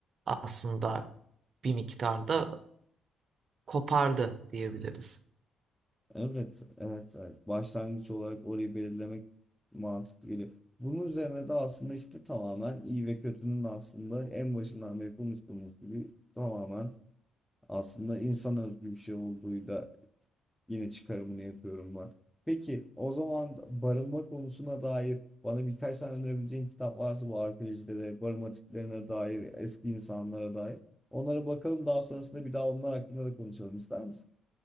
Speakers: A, on the right; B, in the centre.
A: aslında bir miktarda kopardı diyebiliriz.
B: Evet, evet, evet. Başlangıç olarak orayı belirlemek mantıklı geliyor. Bunun üzerine de aslında işte tamamen iyi ve kötünün aslında en başından beri konuştuğumuz gibi tamamen aslında insan özgü bir şey olduğuyla yine çıkarımını yapıyorum ben. Peki o zaman barınma konusuna dair bana birkaç tane önerebileceğin kitap varsa bu arkeolojide de barınma tiplerine dair, eski insanlara dair. Onlara bakalım daha sonrasında bir daha onlar hakkında da konuşalım ister misin?